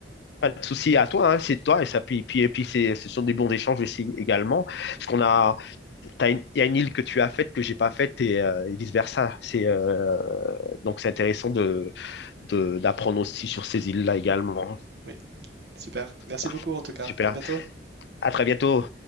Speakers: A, on the left; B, on the right.
A: Pas de souci à toi, hein, c'est toi. Et, ça, puis, puis- et puis c'est, ce sont des bons échanges aussi également. Parce qu'on a, t'as une- il y a une île que tu as faite que j'ai pas faite et, euh, et vice-versa. C'est, euh, donc c'est intéressant de, de- d'apprendre aussi sur ces îles-là également.
B: Oui, super. Merci
A: Parfait.
B: beaucoup en tout cas.
A: Super.
B: À bientôt.
A: À très bientôt.